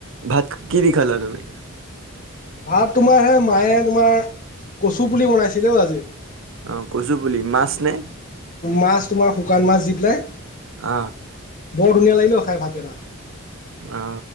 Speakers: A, on the right; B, on the left.
A: ভাত কি দি খালালা তুমি।
B: ভাত তোমাৰ হে মায়ে তোমাৰ কচু পুলি বনাইছিলেও আজি
A: অ কচু বুলি মাছ নে
B: মাছ তোমাৰ শুকান মাছ দি পেলাই।
A: অ
B: বৰ ধুনীয়া লাগিলে খাই ভাত এটা
A: অ